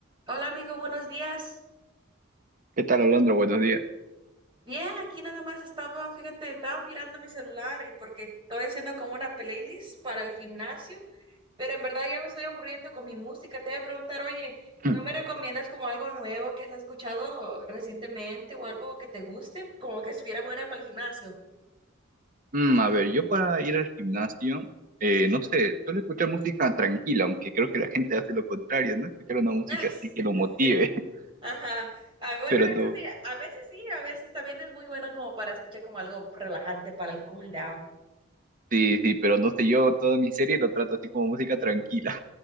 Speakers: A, on the right; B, on the right.
A: Hola amigo, buenos días.
B: ¿Qué tal, Alondra? Buenos días.
A: Bien, aquí nada más estaba, fíjate, estaba mirando mi celular y porque estoy haciendo como una playlist para el gimnasio, pero en verdad ya me estoy aburriendo con mi música. Te voy a preguntar, oye,
B: <clears throat>
A: ¿no me recomiendas como algo nuevo que has escuchado recientemente o algo que te guste, como que estuviera buena para el gimnasio?
B: Mm, a ver, yo para ir al gimnasio, eh, no sé, suelo escuchar música tranquila, aunque creo que la gente hace lo contrario, ¿no? Escuchar una música
A: <laughs>
B: así que lo motive, <laughs>
A: Ajá. Ah, bueno,
B: pero no,
A: eso sí, a veces sí, a veces también es muy bueno como para escuchar como algo relajante para el cool down.
B: sí, sí, pero no sé, yo toda mi serie lo trato así como música tranquila.